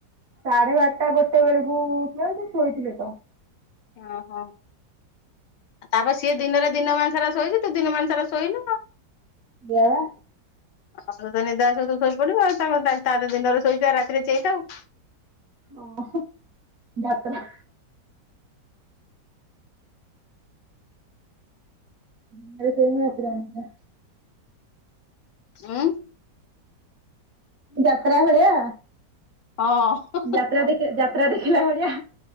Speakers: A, on the right; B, on the left.
A: ସାଢେ ବାରଟା ଗୋଟେ ବେଳକୁ ଉଠିଲି ସେ ଶୋଇଥିଲେ ତ।
B: ଓହୋ ତାପରେ ସିଏ ଦିନରେ ଦିନମାନ ସାରା ଶୋଇଛି ତୁ ଦିନମାନ ସାରା ଶୋଇନୁ?
A: ସେଇଆ ଵା।
B: ଆଉ ତତେ ନିଦ ଆସିବ ତୁ ଶୋଇ ପଡିବୁ ଆ ତାଙ୍କର ତାର ଦିନରେ ଶୋଇଛି ରାତିରେ ଚେଇଁଥାଉ।
A: ଓହୋ ଯାତ୍ରା। ଦିନରେ ଶୋଇବୁ ରାତିରେ ଅନିଦ୍ରା।
B: ଉଁ
A: ଯାତ୍ରା ଭଳିଆ,
B: ହଁ।
A: ଯାତ୍ରା ଦେ ଯାତ୍ରା ଦେଖିଲା ଭଳିଆ।